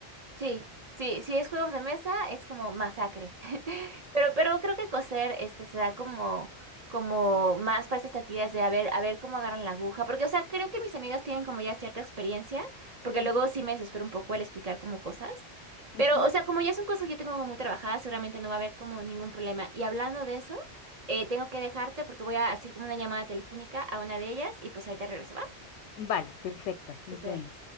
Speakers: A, on the right; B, on the left.
A: Sí, sí, si es juegos de mesa es como masacre. <laughs> Pero, pero creo que coser este se da como, como más para estas actividades de a ver, a ver cómo agarran la aguja. Porque, o sea, creo que mis amigas tienen como ya cierta experiencia, porque
B: Ujú,
A: luego sí me desespero un poco al explicar como cosas.
B: ujú.
A: Pero, o sea, como ya son cosas que yo tengo como muy trabajadas, seguramente no va a haber como ningún problema. Y hablando de eso, eh, tengo que dejarte porque voy a hacer como una llamada telefónica a una de ellas y pues ahorita regreso, ¿va?
B: Vale, perfecto.
A: Súper.
B: Nos vemos.